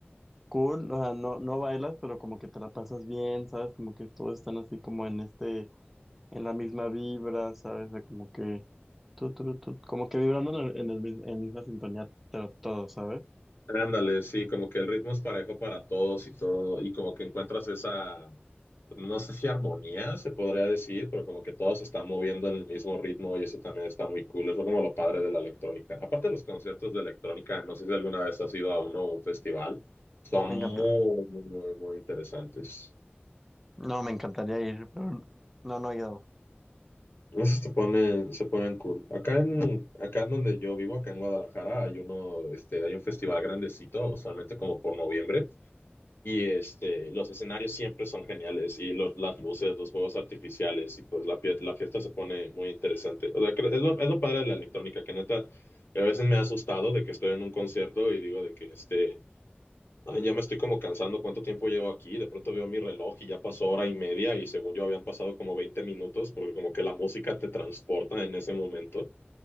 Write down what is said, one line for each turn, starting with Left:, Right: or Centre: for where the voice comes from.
Centre: cool, o sea, no, no bailas, pero como que te la pasas bien, ¿sabes? Como que todos están así como en este, en la misma vibra, ¿sabes? O sea, como que, tu, tu, tu, como que vibrando en el, en el mis- en misma sintonía, pero todo, ¿sabes?
Left: Ándale, sí, como que el ritmo es parejo para todos y todo, y como que encuentras esa, no sé si armonía se podría decir, pero como que todos se están moviendo en el mismo ritmo y eso también está muy cool, eso es como lo padre de la electrónica. Aparte de los conciertos de electrónica, no sé si alguna vez has ido a uno o un festival, son
Centre: Me encanta.
Left: muy, muy, muy, muy interesantes.
Centre: No, me encantaría ir, pero no, no he ido.
Left: Esos se ponen, se ponen cool. Acá en, acá en donde yo vivo, acá en Guadalajara, hay uno, este, hay un festival grandecito, usualmente como por noviembre Y este, los escenarios siempre son geniales y los, las luces, los juegos artificiales y pues la, pie- la fiesta se pone muy interesante. O sea, cre- es lo, es lo padre de la electrónica, que neta, a veces me ha asustado de que estoy en un concierto y digo de que este, "Ay, ya me estoy como cansando, ¿cuánto tiempo llevo aquí? De pronto veo mi reloj y ya pasó hora y media y según yo habían pasado como 20 minutos porque como que la música te transporta en ese momento.